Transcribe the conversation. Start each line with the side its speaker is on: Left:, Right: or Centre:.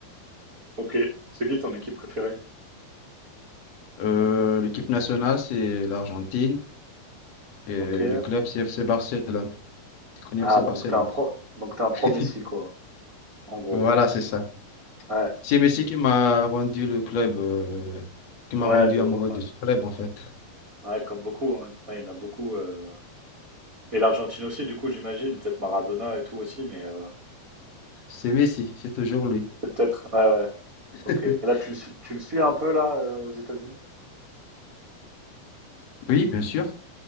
Right: ok. C'est qui ton équipe préférée?
Left: Euh, l'équipe nationale, c'est l'Argentine et
Right: Ok.
Left: le club, c'est FC Barcelone. Tu connais
Right: Ah,
Left: FC
Right: donc
Left: Barcelone?
Right: t'es un pro, donc t'es un pro
Left: <laughs>
Right: Messi, quoi, en gros.
Left: Voilà, c'est ça.
Right: Ouais,
Left: C'est Messi qui m'a rendu le club, euh, qui m'a
Right: ouais,
Left: rendu
Right: de-
Left: amoureux
Right: ouais.
Left: de ce club, en fait.
Right: Ouais, comme beaucoup, hein. Ouais, il y en a beaucoup. euh. Et l'Argentine aussi, du coup, j'imagine. Peut-être Maradona et tout aussi, mais euh,
Left: C'est Messi, c'est toujours lui.
Right: c'est peut-être. Ouais, ouais,
Left: <laughs>
Right: ok. Et là, tu le, suis- tu le suis un peu, là, euh, aux États-Unis?
Left: Oui, bien sûr.